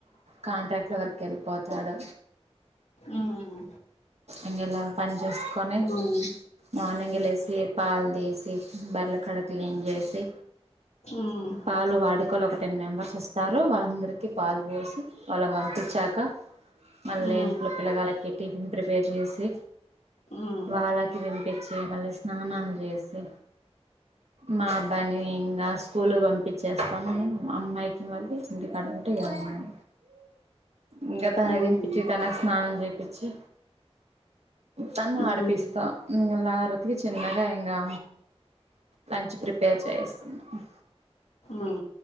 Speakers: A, on the right; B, on the left.
A: కాంట్రాక్ట్ వర్క్ కెల్ల్ పోతాడు
B: ఊ హ్మ్
A: ఇంగ నా పని చూసుకొని
B: ఉమ్
A: మార్నింగ్ ఏ లేసి పాల్ తీసి బర్ల అక్కడ క్లీన్ చేసి
B: ఉమ్
A: పాలు వాడుకా లో టెన్ మెంబర్స్ వస్తారు వాళ్ళందరికీ పాల్ పోసి వాళ్ళని పంపించాక మళ్ళీ
B: ఉమ్
A: ఇంట్లో పిల్లగాళ్ళకి టీ ఫిన్ ప్రిపేర్ చేసి
B: ఉమ్
A: వాళ్ళకి తినిపిచ్చి మళ్లీ స్నానం చేసి మా అబ్బాయిని ఇంగా స్కూలు పంపించేస్తాము. అమ్మాయికి మళ్ళీ ఇంటికాడుంటే అమ్మాయి ఇంగ తనకి
B: ఉమ్.
A: తినిపించి తనకు స్నానం చే పిచ్చి తన్ను
B: ఉమ్
A: ఆడిపిస్తా హ్మ్ నా వరకు చిన్నగా ఇంగా మంచి ప్రిప్ పేర్ చేస్తున్నాం
B: ఉమ్